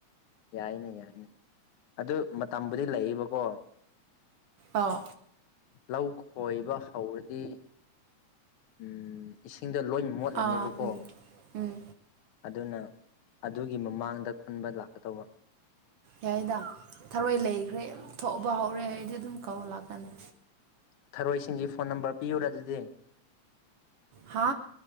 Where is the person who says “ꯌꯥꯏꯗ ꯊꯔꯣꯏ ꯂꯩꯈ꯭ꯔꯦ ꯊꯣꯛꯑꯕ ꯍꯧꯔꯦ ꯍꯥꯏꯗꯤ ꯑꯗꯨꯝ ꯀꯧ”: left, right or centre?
Right